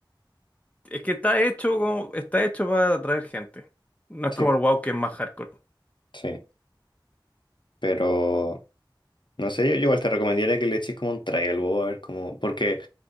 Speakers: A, on the left (about 15°); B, on the left (about 65°).
A: es que está hecho como está hecho para atraer gente. No es
B: Sí,
A: como el WoW que es más hardcore.
B: sí, pero no sé, yo igual te recomendaría que le eches como un trial, a ver, como, porque